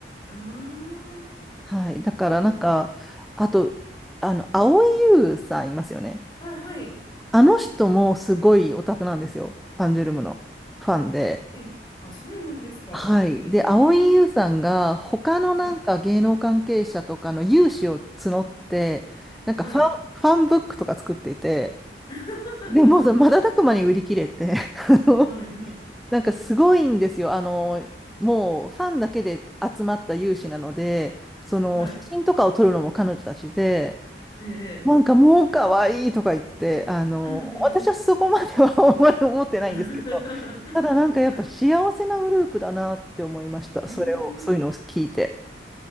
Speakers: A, on the left; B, in the centre.
A: うーん。
B: はい。だからなんか、
A: そうなんです。
B: あと、あの、蒼井優さんいますよね。
A: はい。はい。
B: あの人もすごいオタクなんですよ。アンジュルムのファンで。
A: あ、え、あ、そうなんですか。
B: はい。
A: ええ
B: で、蒼井優さんが他のなんか芸能関係者とかの有志を募って、
A: はい。
B: なんかファン、
A: はい。
B: ファンブックとか作っていて、
A: <laughs>
B: でもうその瞬く間に売り切れて、<laughs> あの
A: はい。はい。
B: なんかすごいんですよ。あの、もうファンだけで集まった有志なので、その写真とかを撮るのも彼女たちで、
A: はい。ええ
B: なんかもう可愛いとか言って、あの、
A: うんうん。
B: 私はそこまでは <laughs> あんまり思ってないんですけど、
A: <laughs>
B: ただなんかやっぱ幸せなグループだなって思いました。
A: うーん。
B: それを、そういうのを聞いて。
A: じ